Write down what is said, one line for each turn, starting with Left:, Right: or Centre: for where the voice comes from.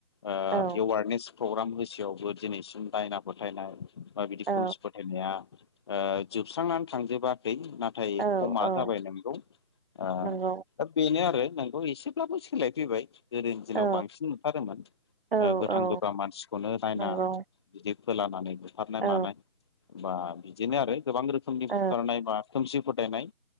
Left: ओ
Right: औ
Left: एवारनेस प्रग्राम होसेयावबो दिनैसिम दायना फोथायनाय बा बिदि
Right: औ
Left: खोमसि फोथायनाया ओ जोबस्रांनानै थांजोबाखै। ना थाय
Right: औ
Left: खमा
Right: औ
Left: जाबाय नोंगौ। ओ
Right: नंगौ
Left: दा बेनो आरो नोंगौ एसेब्लाबो सोलायफैबाय। गोदोनि दिनाव
Right: औ
Left: बांसिन नुथारोमोन
Right: औ
Left: ओ गोथां
Right: औ
Left: गोब्राम मानसिखौनो दायना
Right: नंगौ
Left: बिदि फोलानानै बुथारनाय
Right: औ
Left: मानाय बा बिदिनो आरो गोबां रोखोमनि
Right: औ
Left: बुथारनाय बा खोमसि फोथायनाय